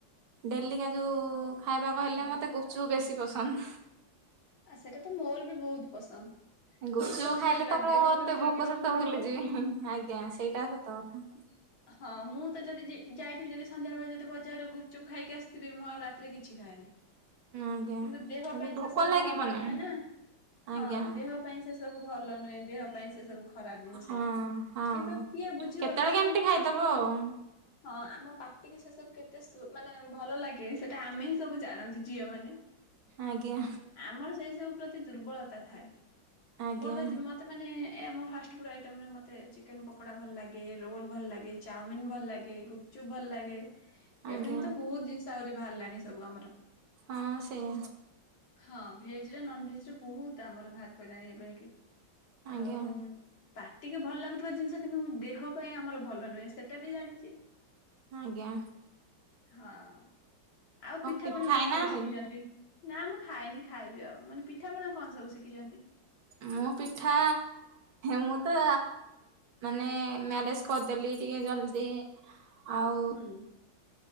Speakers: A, on the right (about 80°); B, on the left (about 80°).
A: ଡେଲିକା ଯୋଉ ଖାଇବାକୁ ହେଲେ ମତେ ଗୁପୁଚୁପୁ ବେଶୀ ପସନ୍ଦ।
B: ଆ ସେଟା ତ ମୋର ବି ବହୁତ ପସନ୍ଦ।
A: ଗୁପୁଚୁପୁ
B: କିନ୍ତୁ କଣ
A: ଖାଇଲେ
B: କରିବା
A: ତ ମୁଁ
B: ଦେହକୁ
A: ଏତେ
B: ବି ଜଗିବାକୁ
A: ଭୋକ ଶୋଷ
B: ପଡିବ।
A: ଭୁଲିଯିବି ଆଜ୍ଞା ସେଇଟା ସତ କଥା।
B: <unintelligible> ହଁ ମୁଁ ତ ଯଦି ଯି ଯାଇଥିବି ଯଦି ସନ୍ଦ୍ୟା ବେଳେ ଯଦି ବଜାରରେ ଗୁପଚୁପ୍ ଖାଇକି ଆସିଥିବି ମୁଁ ଆଉ ରାତିରେ କିଛି ଖାଏନି।
A: ଆଜ୍ଞା
B: କିନ୍ତୁ ଦେହ
A: ଆଜି
B: ପାଇଁ
A: ଭୋକ
B: ସେ ସବୁ
A: ଲାଗିବନି
B: ଭଲ ନୁହେଁ ନା ହଁ
A: ଆଜ୍ଞା।
B: ଦେହ ଦେହ ପାଇଁ ସେ ସବୁ ଭଲ ନୁହେଁ ଦେହ ପାଇଁ ସେ ସବୁ ଖରାପ ଜିନିଷ
A: ହଁ ହଁ
B: କିନ୍ତୁ କିଏ ବୁଝିବ
A: କେତେବେଳେ
B: ସେ ସବୁ
A: କେମିତି
B: ଆମ
A: ଖାଇଦବ
B: ପାଟିକି
A: ଆଉ
B: ହଁ ଆମ ପାାର୍ଟି କି ସେ ସବୁ କେତେ ମାନେ ଭଲ ଲାଗେ ସେଟା ଆମେ ହିଁ ସବୁ ଜାଣନ୍ତି ଝିଅ ମାନେ।
A: ଆଜ୍ଞା।
B: ଆମର ସେଇ ସବୁ ପ୍ରତି ଦୁର୍ବଳତା ଥାଏ
A: ଆଜ୍ଞା
B: ମୋର ତ ମତେ ମାନେ ଆମ ଫାଷ୍ଟ ଫୁଡ ଆଇଟମ ରେ ମତେ ଚିକେନ ପକୋଡା ଭଲ ଲାଗେ। ରୋଲ ଭଲ ଲାଗେ ଚାଉମିିନ ଭଲ ଲାଗେ ଗୁପଚୁପ୍ ଭଲ ଲାଗେ ଏଭଳି
A: ଆଜ୍ଞା
B: ତ ବହୁତ ଜିନିଷ କେତେ ଆହୁରି ବାହାରିଲାଣି ସବୁ ଆମର।
A: ହଁ ସେଇ
B: ହଁ ଭେଜ ନନ ଭେଜ ର ବହୁତ ଆମର ବାହାର ପଡିଲାଣି ଏବେ କି
A: ଆଜ୍ଞା।
B: ଆଉ ପାଟିକେ ଭଲ ଲାଗୁଥିବା ଜିନିଷ କିନ୍ତୁ ମୁ ଦେହ ପାଇଁ ଆମର ଭଲ ନୁହେଁ ସେଟା ବି ଜାଣିଛି।
A: ଆଜ୍ଞା
B: ହଁ ଆଉ ପିଠାପଣା
A: କିଛି ଖାଇନାହାନ୍ତି?
B: କଣ ସବୁ ଶିଖିଚନ୍ତି? ନା ମୁଁ ଖାଇନି ଖାଇବି ଆଉ ମାନେ ପିଠାପଣା କଣ ସବୁ ଶିଖିଚନ୍ତି?
A: ମୋ ପିଠା ମୁଁ ତ ମାନେ ମ୍ୟାରେଜ କରିଦେଲି ଟିକେ ଜଲଦି ଆଉ
B: ହୁଁ।